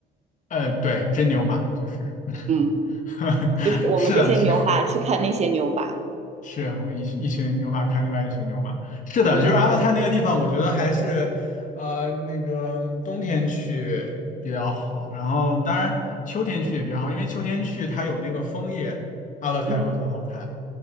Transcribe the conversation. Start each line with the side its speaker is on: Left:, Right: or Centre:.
Left: 呃，对，真牛马，就是
Right: 嗯，
Left: <laughs>
Right: 就是我们这些牛马去看那些牛马，
Left: 是的，是。是会一一群牛马看另外一群牛马，是的，
Right: 对，
Left: 就是阿勒泰那个地方，我觉得还是呃那个冬天去比较好，然后当然秋天去也比较好，因为秋天去它有那个枫叶，阿勒泰会很好看
Right: 嗯